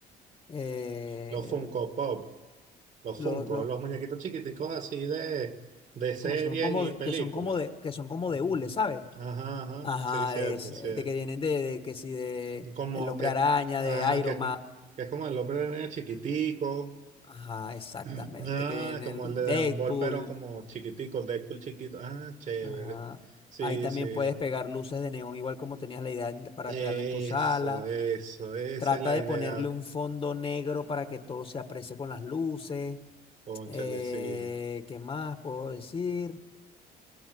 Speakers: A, on the left; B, on the right.
A: eh,
B: Los Funko Pop, los
A: los,
B: Funko,
A: los-
B: los muñequitos chiquiticos así de, de series
A: como son como
B: y
A: de-
B: películas.
A: que son como de, que son
B: <laughs>
A: como
B: Ujú.
A: de hule, ¿sabes?
B: Ajá, ajá,
A: Ajá,
B: sí, cierto,
A: de, ese-
B: cierto.
A: de que vienen de, de que si de
B: Como
A: El Hombre
B: que,
A: Araña,
B: ajá,
A: de Iron
B: que, es
A: Man.
B: como- que es como el hombre de niño chiquitico,
A: Ajá, exactamente.
B: <clears throat> ah,
A: Que viene
B: como
A: el
B: el de Dragon
A: Deadpool.
B: Ball, pero como chiquitico, Deadpool chiquito, ah, chévere.
A: Ajá.
B: Sí,
A: Ahí también
B: sí,
A: puedes pegar luces de neón, igual como tenías la idea en- para
B: eso,
A: crearla en tu sala.
B: eso, esa
A: Trata
B: es la
A: de
B: idea,
A: ponerle un fondo negro para que todo se aprecie con las luces.
B: cónchale,
A: Eh,
B: sí.
A: ¿qué más puedo decir?